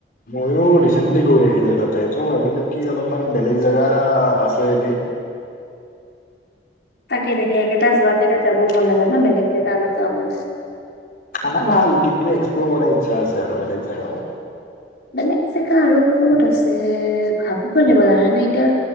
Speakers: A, on the left; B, on the left.
A: ময়ো ৰিচেন্টলি গৈ আহিলো তাতে, চ' ভাবিলো কি অলপমান বেলেগ জেগা আছে এইদি
B: তাকে তাকে একেটা যোৱা জেগাত যাবও মন নাযায় ন', বেলেগ জেগা অলপ যাব মন যায়।
A: খানা ভাল কিন্তু, এক্সপ্ল'ৰ কৰাৰ ইচ্ছা আছে আৰু বেলেগ জেগাও
B: বেলেগ জেগা আৰু ক'ত আছে, ভাবিব লাগিব জানা নে এতিয়া।